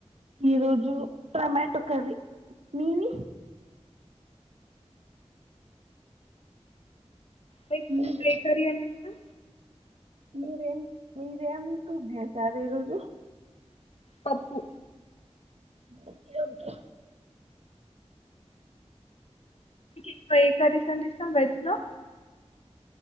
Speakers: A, on the right; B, on the left.
A: ఈ రోజు టొమాటో కర్రీ మీది
B: మీకు
A: మీది
B: ఏ కర్రీ అంటే ఇష్టం
A: మీరేం మీరుం సూప్ చేసారు ఈరోజు
B: పప్పు
A: ఓకే ఓకే
B: ఎక్కవ ఏ కర్రీస్ అంటే ఇష్టం వెజ్ లో